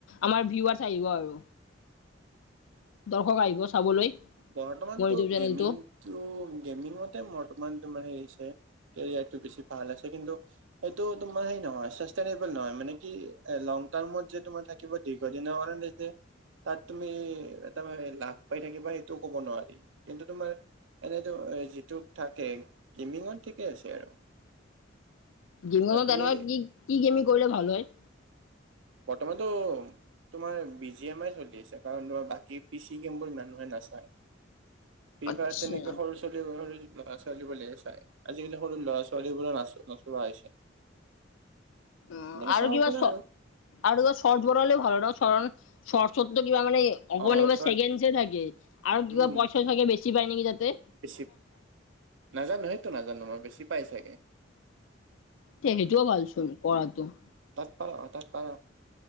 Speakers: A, on the left (about 85°); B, on the right (about 75°).
A: আমাৰ ভিৱাছ আহিব আৰু
B: <inaudible>
A: দৰ্শক আহিব চাবলৈ
B: বৰ্তমানতো
A: মোৰ ইউটিউব চেনেলটো
B: গেমিং তো গেমিং মতে মান তোমাৰ হেৰি আছে কেৰিয়াৰটো বেছি ভাল আছে কিন্তু সেইটো তোমাৰ সেই নহয় চেষ্টানেবোল নহয় মানে কি লং টাইমত যে তোমাৰ থাক থাকিব দীৰ্ঘদিনৰ কাৰণে এই যে তাত তুমি এটা লাভ পাই থাকিবা সেই টো ক'ব নোৱাৰি কিন্তু তোমাৰ এনেইতো যিটো থাকে গেমিংত ঠিকে আছে আৰু
A: গেমিংত
B: তাত তুমি
A: তেনেকুৱা কি গেমিং কৰিলে ভাল হয়
B: বৰ্তমানতো তোমাৰ বি জি এম আই চলি আছে কাৰণ তোমাৰ বাকী পিচি গেমবোৰ মানুহে নাচায় ফ্ৰী
A: আচ্ছা
B: ফায়াৰ তেনেকে সৰু ছোৱালীৰ ল'ৰা ছোৱালীবোৰ চাই, আজিকালি সৰু ল'ৰা ছোৱালীবোৰে নাচায় নোচোৱা হৈছে
A: উম
B: এনেকে
A: আৰু
B: চাব
A: কিবা
B: পাৰে
A: চ আৰু সৰ্ত বলেও ভাল ন সৰণ সৰসত্ব কিবা মান অকমান
B: অ
A: কিবা
B: চৰ্ট
A: চেকেণ্ডহে থাকে আৰু
B: উম
A: কিবা পইচা থাকে বেছি পায় নেকি যাতে
B: বেছি নাজানো সেইটো নাজানো মই বেছি পাই চাগে
A: তে সেইটো ভালচোন কৰাটো
B: তাত পাৰা তাত পাৰা